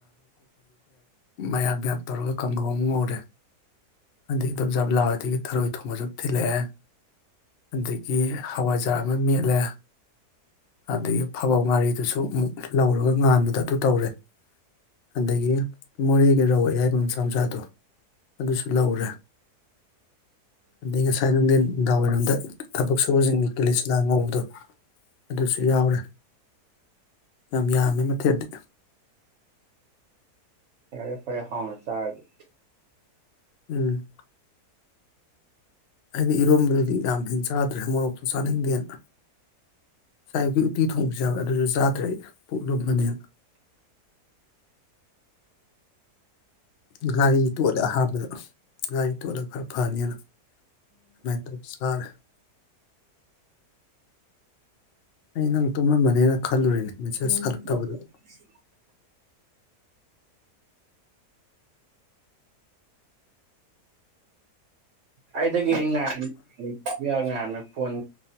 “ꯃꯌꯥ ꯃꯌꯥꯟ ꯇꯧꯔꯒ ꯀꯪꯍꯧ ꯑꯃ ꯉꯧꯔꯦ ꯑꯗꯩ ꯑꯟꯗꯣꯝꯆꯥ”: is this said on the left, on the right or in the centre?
Left